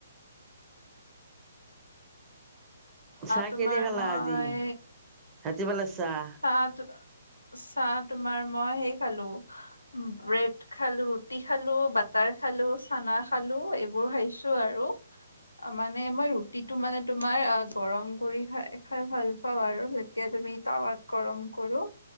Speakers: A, on the right; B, on the left.
A: চাহ
B: তোমাৰ
A: কিহে দি খালা
B: মই
A: আজি? ৰাতি ভালা চাহ
B: আহ তো চাহ তোমাৰ মই সেই খালো। ব্ৰেড খালো, ৰুটি খালো, বাটাৰ খালো, চানা খালো এইবোৰ খাইছো আৰু।
A: হয়।
B: অ মানে মইয়ো। যিটো মানে তোমাৰ গৰম কৰি খাই খাই ভাল পাওঁ আৰু যেতিয়া তুমি তাৱাত- গৰম কৰো,